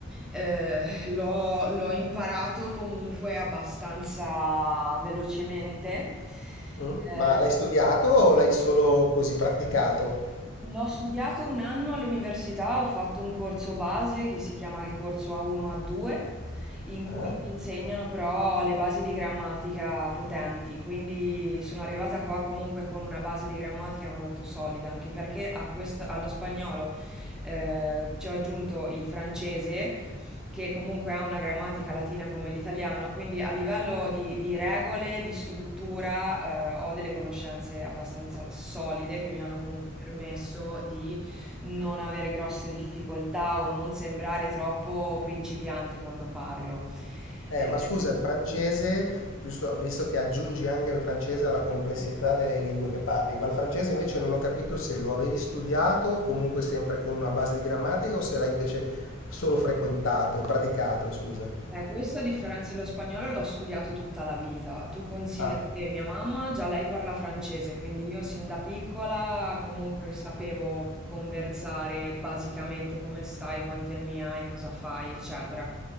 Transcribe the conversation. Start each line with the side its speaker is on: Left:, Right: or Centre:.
Centre: eh, l'ho, l'ho imparato comunque abbastanza velocemente.
Left: Mm? Ma
Centre: Eh,
Left: l'hai studiato o l'hai solo così praticato?
Centre: L'ho studiato un anno all'università, ho fatto un corso base che si chiama il corso A1 A2, in cui
Left: Eh?
Centre: ti insegnano però le basi di grammatica potenti, quindi sono arrivata qua comunque con una base di grammatica molto solida, anche perché a questo- allo spagnolo eh, ci ho aggiunto il francese che comunque ha una grammatica latina come l'italiano, quindi a livello di, di regole, di struttura, eh, ho delle conoscenze abbastanza solide che mi hanno comunque permesso di non avere grosse difficoltà o non sembrare troppo principiante quando parlo.
Left: Eh,
Centre: Eh,
Left: ma scusa, il francese, giusto, visto che aggiungi anche il francese alla complessità delle lingue che parli, ma il francese invece non ho capito se lo avevi studiato, comunque sempre con una base di grammatica, o se l'hai invece solo frequentato, praticato, scusa.
Centre: Eh, questo a differenza dello spagnolo l'ho studiato tutta la vita. Tu considera
Left: Ah,
Centre: che mia mamma già lei parla francese, quindi io sin da piccola comunque sapevo conversare basicamente come stai, quanti anni hai, cosa fai, eccetera.